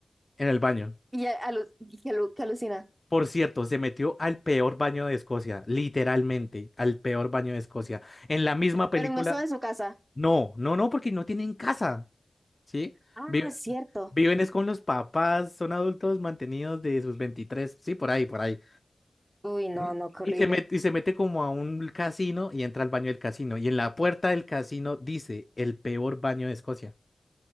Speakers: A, on the left; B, on the right.
A: en el baño.
B: Y a- alu- y que alu- que alucina.
A: Por cierto, se metió al peor baño de Escocia, literalmente, al peor baño de Escocia. En la misma película,
B: Pero no estaba en su casa.
A: no, no, no, porque no tienen casa. ¿sí?
B: Ah,
A: Vive-
B: cierto.
A: viven es con los papás, son adultos mantenidos de sus 23, sí, por ahí, por ahí.
B: Uy, no,
A: ¿sí?
B: no, qué
A: Y
B: horrible.
A: se mete, y se mete como a un casino y entra al baño del casino. Y en la puerta del casino dice el peor baño de Escocia,